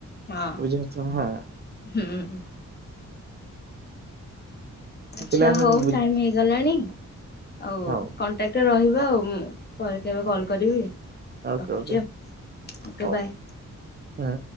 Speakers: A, on the left (about 30°); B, on the right (about 35°).
A: ହଁ
B: ବୁଝିଲେ ଛ ହଁ।
A: ହୁଁ। ଆଛା
B: ପିଲାମାନେ
A: ହଉ
B: ବୁଝ
A: ଟାଇମି ହେଇଗଲାଣି ଆଉ
B: ହଉ
A: କଣ୍ଟାକ୍ଟ ଟିକେ ରହିବ ଆଉ ମୁଁ ପରେ କେବେ କଲ୍ କରିବି।
B: ଓକେ
A: ରଖୁଛି
B: ଓକେ
A: ଆଉ ଓକେ
B: ହଉ
A: ବାଏ।
B: ହୁଁ।